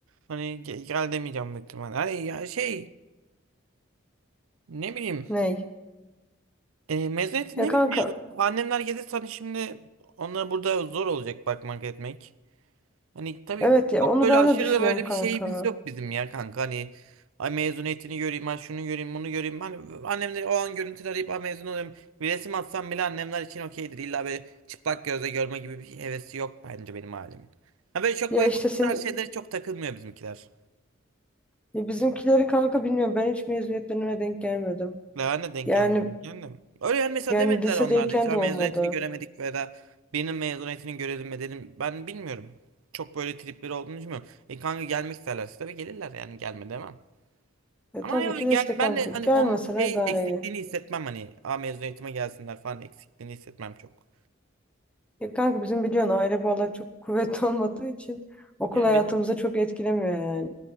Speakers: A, on the right (about 85°); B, in the centre.
A: Hani ge- gel demeyeceğim büyük ihtimalle. Hani ya şey ne bileyim.
B: Ney?
A: E, mezuniyeti
B: Ya
A: ne
B: kanka
A: bileyim ya. Annemler gelirse hani şimdi onlara burada zor olacak bakmak etmek. Hani tabii
B: evet ya
A: çok
B: onu
A: böyle
B: ben
A: aşırı
B: de düşünüyorum
A: da böyle
B: kanka.
A: bir şeyimiz yok bizim ya kanka. Hani ay mezuniyetini göreyim, ay şunu göreyim, bunu göreyim. hani annemleri o an görüntüleri arayıp ay mezun olayım. Bir resim atsam bile annemler için okeydir. İlla böyle çıplak gözle görme gibi bir hevesi yok bence benim ailemin. Ha böyle çok
B: Ya
A: böyle
B: işte
A: bu
B: senin
A: tarz şeylere çok takılmıyor bizimkiler.
B: ya bizimkileri kanka bilmiyorum ben hiç mezuniyetlerine denk gelmedim.
A: Ve ben de denk
B: Yani
A: gelmedim. Kendim. Öyle yani mesela
B: yani
A: demediler
B: lisedeyken
A: onlar da. Hiç "Ay
B: de olmadı.
A: mezuniyetini göremedik veya da birinin mezuniyetini görelim mi dedim. Ben bilmiyorum. Çok böyle tripleri olduğunu düşünmüyorum. E kanka gelmek isterlerse tabii gelirler yani gelme demem.
B: E,
A: Ama
B: tabii
A: hani böyle
B: ki
A: gel
B: de işte kanka
A: ben de hani
B: gelmesene
A: onun şey
B: daha
A: eksikliğini
B: iyi.
A: hissetmem hani a mezun eğitime gelsinler falan eksikliğini hissetmem çok.
B: Ya kanka bizim biliyorsun aile bağları çok kuvvetli <laughs> olmadığı için okul
A: Ya
B: hayatımıza
A: bil
B: çok etkilemiyor yani.